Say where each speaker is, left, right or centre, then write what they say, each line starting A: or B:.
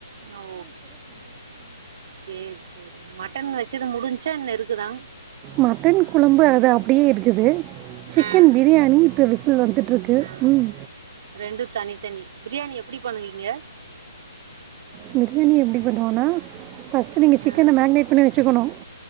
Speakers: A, on the right; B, on the right.
A: ஓ சேரி சேரி மட்டன் வச்சது முடிஞ் ச்சன் இருக்குதா
B: மட்டன் குழம்பு அது அப்டியே இருக்குது சிக்கன்
A: ம்
B: பிரியாணி இப்ப விசில் வந்துட்ருக்கு
A: ஆ
B: ம்
A: ரெண்டு தனித்தனி பிரியாணி எப்டி பண்ணுவீங்க
B: பிரியாணிய எப்டி பண்ணுவோனா ஃபஸ்ட்டு நீ
A: ம்
B: சிக்கன மேக்னட் பண்ண வச் ச்சுக்கணு